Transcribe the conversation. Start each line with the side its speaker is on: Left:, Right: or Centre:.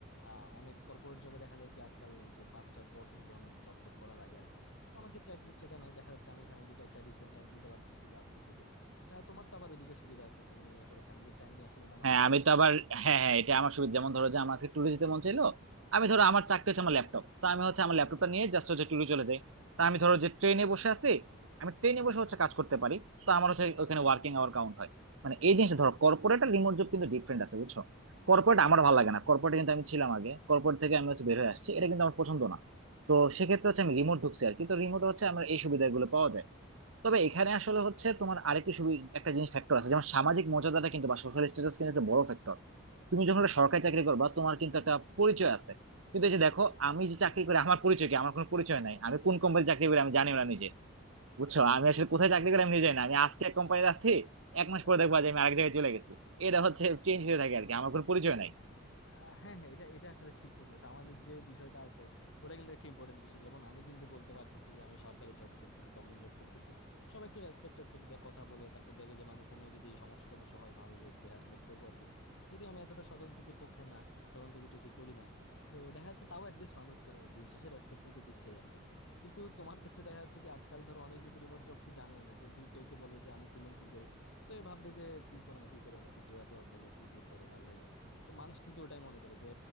Left: আহ অনেক কর্পোরেট জবে দেখা যায় কি আজকাল যে পাঁচটার পর কিন্তু অনেক জব টপ করা লাগে আর কি তো আমার ক্ষেত্রে অ্যাটলিস্ট সেটা নাই দেখা যাচ্ছে আমি ফ্যামিলিকে একটা ডিসেন্ট টাইম দিতে পারতেছি লাস্টের দিকে আহ, তোমার তো আবার ওইদিকে সুবিধা আছে তুমি আসলে ফ্যামিলির টাইম নিয়ে আসলে মনে হয়
Right: হ্যাঁ
Left: তোমার
Right: আমি তো আবার হ্যাঁ হ্যাঁ এটা আমার সুবিধা যেমন ধরো যে আমার আজকে ট্যুরে যেতে মন চাইলো আমি ধরো আমার চাকরি হচ্ছে আমার ল্যাপটপ তো আমি হচ্ছে আমার ল্যাপটপটা নিয়ে জাস্ট হচ্ছে ট্যুরে চলে যাই তা আমি ধরো যে ট্রেনে বসে আছি আমি ট্রেনে বসে হচ্ছে কাজ করতে পারি তো আমার হচ্ছে ওখানে ওয়ার্কিং আওয়ার কাউন্ট হয় মানে এই জিনিসটা ধরো কর্পোরেট আর রিমোট জব কিন্তু ডিফারেন্ট আছে বুঝছো কর্পোরেট আমার ভালো লাগে না কর্পোরেট কিন্তু আমি ছিলাম আগে কর্পোরেট থেকে আমি হচ্ছে বের হয়ে আসছি এটা কিন্তু আমার পছন্দ না তো সেক্ষেত্রে হচ্ছে আমি রিমোট ঢুকছি আর কি তো রিমোট হচ্ছে আমার এই সুবিধাগুলো পাওয়া যায় তবে এখানে আসলে হচ্ছে তোমার আরেকটা সুবি একটা জিনিস ফ্যাক্টর আছে যেমন সামাজিক মর্যাদাটা কিন্তু বা সোশ্যাল স্ট্যাটাস কিন্তু একটা বড় ফ্যাক্টর তুমি যখন একটা সরকারি চাকরি করবা তোমার কিন্তু একটা পরিচয় আছে কিন্তু এই যে দেখো আমি যে চাকরি করি আমার পরিচয় কি আমার কোনো পরিচয় নাই আমি কোন কোম্পানি চাকরি করি আমি জানি না নিজে বুঝছো আমি আসলে কোথায় চাকরি করি আমি নিজে জানি না আমি আজকে এক কোম্পানিতে আছি এক মাস পরে দেখবো যে আমি আরেক জায়গায় চলে গেছি এটা হচ্ছে চেঞ্জ হয়ে থাকে আর কি আমার কোনো পরিচয় নাই
Left: আহ, হ্যাঁ হ্যাঁ এটা এটা আসলে ঠিক বলছো সামাজিক যে বিষয়টা আছে ওটা কিন্তু একটা ইম্পর্টেন্ট বিষয় যেমন আমি কিন্তু বলতে পারতেছি যে আমি সরকারি জব করতেছি গভর্নমেন্ট জব করতেছি সবাই একটু রেসপেক্ট রেসপেক্ট দিয়ে কথা বলে তারপর দেখে যে মানে কোনো যদি সমস্যা টমস্যা হয় ভাবে যে একটু হেল্প হেল্প করবো আর কি যদি আমি এতটা স্বজনপ্রীতির পক্ষে না স্বজনপ্রীতি যদি করি না তো দেখা যাচ্ছে তাও অ্যাটলিস্ট মানুষ আহ, দিন শেষে রেসপেক্ট কিন্তু দিচ্ছেই আর কি কিন্তু তোমার ক্ষেত্রে দেখা যাচ্ছে কি আজকাল ধরো অনেকে কিন্তু রিমোট জব কি জানে না যদি কেউ কে বলে যে আমি ফ্রিল্যান্সিং করি তো এ ভাববে যে কি করে না কি করে নাকি জুয়া টুয়া খেলে কি যে করে আল্লাহ জানে তো মানুষ কিন্তু ওটাই মনে করে যে